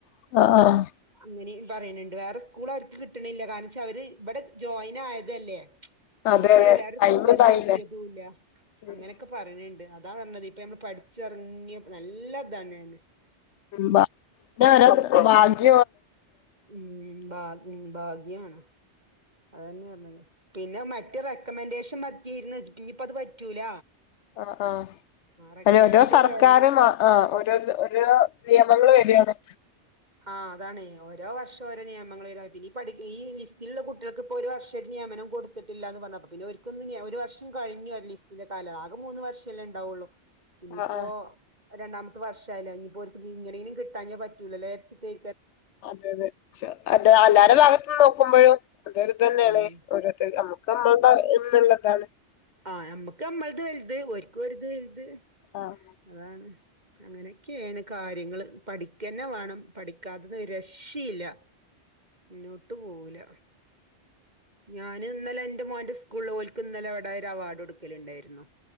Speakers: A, on the left; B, on the right.
A: ആഹ് ആഹ്
B: അങ്ങനെയും പറയണണ്ട് വേറെ സ്കൂൾ അവർക്ക് കിട്ടണില്ല കാരണം വച്ചാ അവര് ഇവിടെ ജോയിൻ ആയതല്ലേ ജോയിൻ
A: അതെ അതെ
B: ആയി വേറെ സ്കൂൾക്ക്
A: ടൈമ് ഇതായില്ലേ
B: നോക്കിയതുല്ല
A: ഉം
B: അങ്ങനൊക്കെ പറയണ്ട് അതാ പറഞ്ഞത് ഇപ്പൊ നമ്മള് പഠിച്ചിറങ്ങി നല്ലയിതാണ്
A: മ്പ തോരോ ഭാഗ്യ
B: ഉം ബാ ഉം ബാ ഞാണ് <unintelligible> അതെന്നെറണെത് പിന്നെ മറ്റ് റെക്കമെന്റേഷൻ പറ്റിരുന്ന് ഞ്ഞിപ്പത് പറ്റൂല
A: ആ ആഹ്
B: റെക്കമെന്റില്
A: അന്നെ ഓരോ സർക്കാരും
B: കേറണം
A: ആ ആഹ് ഓരോ രോ നിയമങ്ങള് വരു ആണ്
B: ആഹ് അതാണ് ഓരോ വർഷം ഓരോ നിയമങ്ങള് വര പഠിക്ക ഈ ലിസ്റ്റില്ള്ള കു കുട്ട്യക്ക് പ്പോ ഒരു വർഷമായിട്ട് നിയമനം കൊട്ത്തിടുട്ടില്ല ന്ന് പറഞ്ഞപ്പ പിന്നെ ഒർക്കൊന്ന് ഒരു വർഷം കഴിഞ്ഞു ലിസ്റ്റന്റെ കാലം അ ആകെ മൂന്ന് വർഷമല്ലേ ഉണ്ടാവുള്ളു ഇനിയിപ്പോ-
A: ആഹ് ആഹ്
B: രണ്ടാമത്തെ വർഷായില്ലെ ഇനിപ്പോ ഓരിക്ക് ദി ഇങ്ങനെങ്കിലും കിട്ടാഞ്ഞെ പറ്റൂലല്ലേരി ച്ചിട്ടേ
A: അതെ അതെ ച എല്ലാ അല്ലാരുടെ ഭാഗത്തന്ന് നോക്കുമ്പോഴും അതൊരിതന്നെയാണ്
B: ഉം
A: ഓരോരുത്തർ നമ്മുക്ക് നമ്മൾടെ എന്നിള്ളതാണ്.
B: ആഹ് നമ്മക്ക് നമ്മളത് വലുത് ഓരിക്ക് ഓരിത് വലുത്.
A: ആഹ്
B: അതാണ് അങ്ങനെയൊക്കേണ് കാ ര്യങ്ങള് പഠിക്കന്നെ വേണം. പഠിക്കാത്തത് രക്ഷയില്ല മുന്നോട്ട് പോവൂല. ഞാന് ഇന്നലെ എന്റെ മോൻ്റെ സ്കൂളില് ഓലിക്ക് ഇന്നലെ അവിടൊരു അവാർഡ് കൊടുക്കലിണ്ടായിരുന്നു.